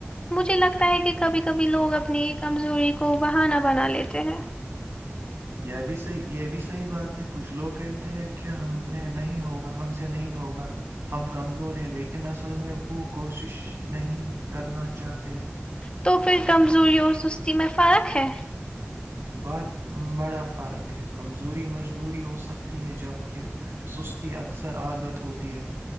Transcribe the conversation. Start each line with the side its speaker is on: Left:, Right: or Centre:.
Left: مجھے لگتا ہے کہ کبھی کبھی لوگ اپنی کمزوری کو بہانا بنا لیتے ہیں
Right: یہ بھی صحیح یہ بھی صحیح بات ہے کچھ لوگ کہتے ہیں کہ ہم نے نہیں ہوگا ہم سے نہیں ہوگا ہم کمزور ہے لیکن اصل میں وہ کوشش نہیں کرنا چاہتے
Left: تو پھر کمزوری اور سستی میں فرق ہے
Right: بت بڑا فرق ہے کمزوری مجبوری ہو سکتی ہے جبک سستی اکثر عادت ہوتی ہے